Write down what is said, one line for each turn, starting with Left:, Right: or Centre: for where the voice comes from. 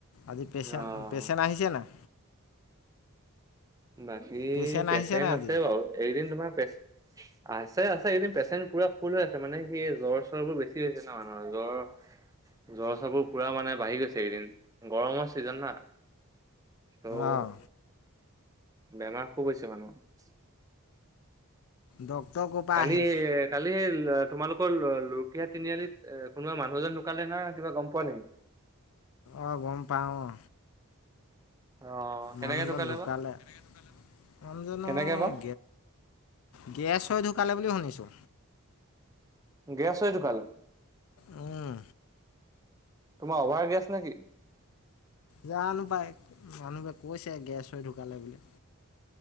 Left: আজি পেচেণ-পেচেণ্ট
Right: অহ
Left: আহিছে নাই?
Right: বাকী
Left: পেচেণ্ট
Right: পেচেন্ট
Left: আহিছে নাই
Right: আছে
Left: আজি
Right: বাৰু, এইকেদিন তোমাৰ পেচ আছে' আছে, এই কেদিন পেচেণ্ট পুৰা ফুল হৈ আছে, মানে সি জ্বৰ-চৰবোৰ বেছি হৈছে ন মানুহৰ জ্বৰ জ্বৰ চৰবোৰ পুৰা মানে বাঢ়ি গৈছে এই কেইদিন, গৰমৰ চিজন না। অ',
Left: অঁ
Right: বেমাৰ খুব হৈছে মানুহৰ।
Left: ডক্তৰ ক'ৰ পৰা
Right: কালি-কালি
Left: আহে
Right: সেই তোমালোকৰ ল-লুকীয়া তিনিআলিত এ, কোনোবা মানুহ এজন ঢুকালে নহয়‌, কিবা গম পোৱা নেকি?
Left: অ' গম পাওঁ অ।
Right: অ', কেনেকে
Left: মানুহজন ঢুকালে।
Right: বা?
Left: <unintelligible>
Right: কেনেকে বা?
Left: গেছ হৈ ঢুকালে বুলি শুনিছো।
Right: গেছ হৈ ঢুকাল?
Left: উম।
Right: তোমাৰ অভাৰ গেছ নেকি?
Left: জানো পায়, মানুহবোৰে কৈছে গেছ হৈ ঢুকালে বুলি।